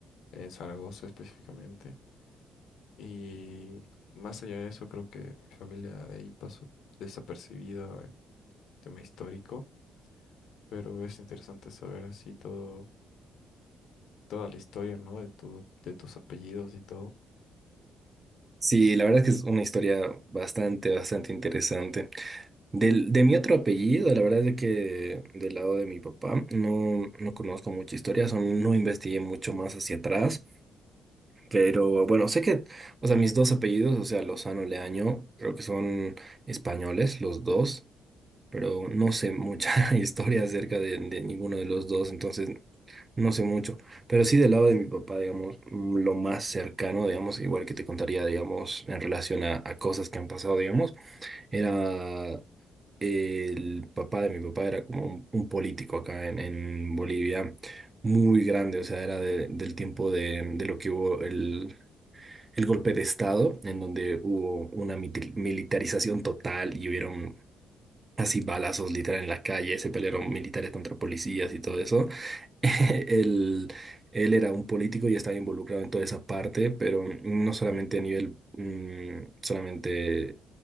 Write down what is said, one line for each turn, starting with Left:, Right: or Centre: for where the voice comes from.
Left: en Zaragoza específicamente. Y más allá de eso, creo que mi familia de ahí pasó desapercibida en tema histórico, pero es interesante saber así todo, toda la historia, ¿no? De tu, de tus apellidos y todo.
Right: Sí, la verdad es que es una historia bastante, bastante interesante. Del, de mi otro apellido, la verdad es que del lado de mi papá no, no conozco mucha historia, son- no investigué mucho más hacia atrás, pero bueno, sé que, o sea, mis dos apellidos, o sea, Lozano, Leaño, creo que son españoles los dos, pero no sé mucha <laughs> historia acerca de, de ninguno de los dos, entonces No sé mucho, pero sí del lado de mi papá, digamos, mm, lo más cercano, digamos, igual que te contaría, digamos, en relación a, a cosas que han pasado, digamos, era el papá de mi papá, era como un, un político acá en, en Bolivia, muy grande, o sea, era de- del tiempo de, de lo que hubo el, el golpe de Estado, en donde hubo una mitil- militarización total y hubieron así balazos literal en la calle, se pelearon militares contra policías y todo eso. <laughs> Él, él era un político y estaba involucrado en toda esa parte, pero no solamente a nivel mm, solamente